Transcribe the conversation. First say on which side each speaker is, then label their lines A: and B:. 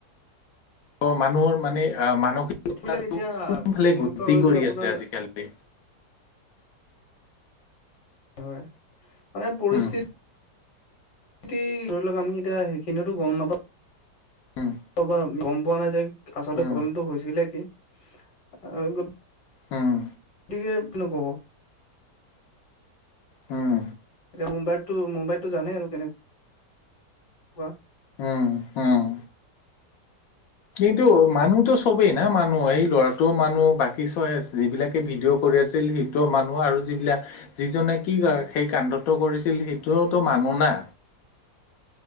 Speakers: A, on the left; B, on the left.
A: ত মানুহৰ মানে আহ মানৱ।
B: এইবিলাক
A: তটো
B: এতিয়া
A: কোনফালে
B: কেনেকুৱা
A: গতি
B: হৈ
A: কৰি
B: যায় আপোনাৰ
A: আছে আজিকালি।
B: হয় মানে পৰিস্থিতি।
A: উম
B: ধৰি লওঁ‌ক। আমি এতিয়া সেইখিনিওটো গম নাপাওঁ।
A: উম
B: অবা গম পোৱা নাই যে আচলতে
A: উম
B: ঘটনাটো হৈছিলে কি? অ' গম
A: উম
B: গতিকে নক'ব।
A: উম
B: এতিয়া মুম্বাইতটো মুম্বাইতটো জানেই আৰু কেনেকা
A: উম উম কিন্তু মানুহতো চবেই না মানুহ সেই ল'ৰাটোও মানুহ বাকী চাই যিবিলাকে ভিডিঅ' কৰি। আছিল সেইটো মানুহ আৰু যিবিলাক। যিজনে কি সেই কাণ্ডটো কৰিছিল সেইটো মানুহ। শুনা।